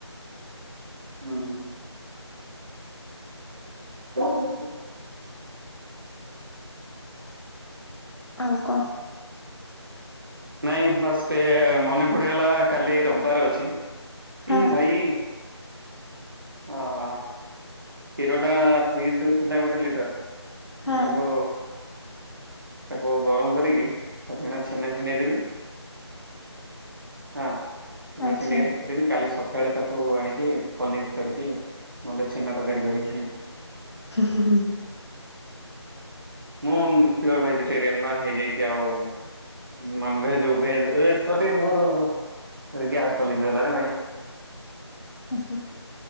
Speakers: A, on the right; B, on the left.
A: <unintelligible> <unintelligible> ଦେଖ।
B: ଆଉ କଣ?
A: ନାଇଁ ବାସ୍ ଟେ ମନେ ପଡିଗଲା କାଲି ରବବାର ଅଛି
B: ହଁ
A: ଏ ଭାଇ ଓ ହୋ, କ୍ଷୀର ଟା ଫ୍ରିଜ୍ ରେ ଥିଲା ଗୋଟେ ଲିଟର୍।
B: ହଁ
A: ମୁଁ ତାକୁ ତାକୁ ଗରମ କରିକି ତାକୁ ଏଇନା ଛେନା ଛିଣ୍ଡେଇ ଦେବି ହଁ ଛେନା
B: ଆଚ୍ଛା।
A: ଛିଣ୍ଡେଇକି ର ଖିଦେବି କାଲି ସକାଳେ ତାକୁ ଆଣିକି ପନିର୍ କରିକି ନହେଲେ ଛେନା ତରକାରୀ କରି ଖାଇକି।
B: ହୁଁ, ହୁଁ, ହୁଁ।
A: ମୁଁ ପିଓର୍ ଭେଜିଟେରିଆନ ନା ହେଇଯାଇଛି ଆଉ ନନ୍ ଭେଜ୍ ଭେଜ ଏ ସରି ମୋର ଏ ଗ୍ୟାସ୍ ଟା ଲିଭିଗଲାରେ ଭାଇ।
B: ଆସ